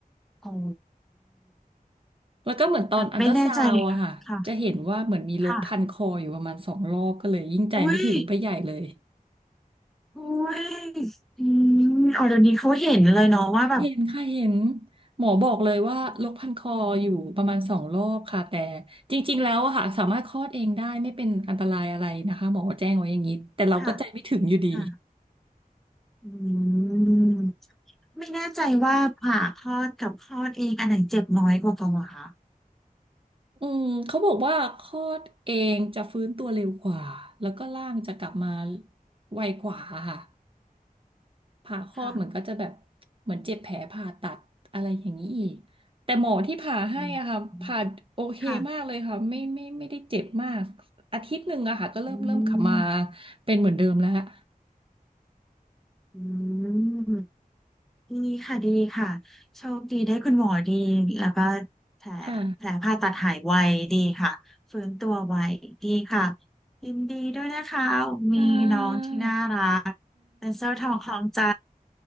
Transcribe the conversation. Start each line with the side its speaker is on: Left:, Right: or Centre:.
Centre: อ๋อ
Right: แล้วก็เหมือนตอนอัลตราซาวด์อะค่ะจะเห็นว่าเหมือนมีรกพันคออยู่ประมาณสองรอบก็เลยยิ่งใจไม่ถึงไปใหญ่เลย
Centre: แบบไม่แน่ใจค่ะค่ะค่ะอุ้ยอุ้ยอืมอ๋อเดี๋ยวนี้เขาเห็นเลยเนาะว่าแบบ
Right: เห็นค่ะเห็นหมอบอกเลยว่าโรกพันคออยู่ประมาณสองรอบค่ะแต่จริงๆแล้วอะค่ะสามารถคลอดเองได้ไม่เป็นอันตรายอะไรนะคะหมอแจ้งไว้อย่างนี้แต่เราก็ใจไม่ถึงอยู่ดี
Centre: ค่ะ ค่ะอืมไม่แน่ใจว่าผ่าคลอดกับคลอดเองอันไหนเจ็บน้อยกว่ากันเหรอคะ
Right: อืมเขาบอกว่าคลอดเองจะฟื้นตัวเร็วกว่าแล้วก็ร่างจะกลับมาไวกว่าค่ะ ผ่าครอบเหมือนก็จะแบบ
Centre: ค่ะ
Right: เหมือนเจ็บแผลผ่าตัดอะไรอย่างนี้อีกแต่หมอที่ผ่าให้อะค่ะผ่าโอเคมากเลยค่ะไม่ไม่ไม่ได้เจ็บมาก
Centre: อืมค่ะ
Right: อาทิตย์หนึ่งอะค่ะก็เริ่มเริ่มขับมา
Centre: อืม
Right: เป็นเหมือนเดิมแล้วค่ะ
Centre: อืมดีค่ะดีค่ะโชคดีได้คุณหมอดี แล้วก็แผลแผลผ่าตัดหายไวดีค่ะฟื้นตัวไวดีค่ะ
Right: ค่ะ
Centre: ยินดีด้วยนะคะ มีน้องที่น่ารักเป็นเส้าทองคล้องใจ
Right: ใช่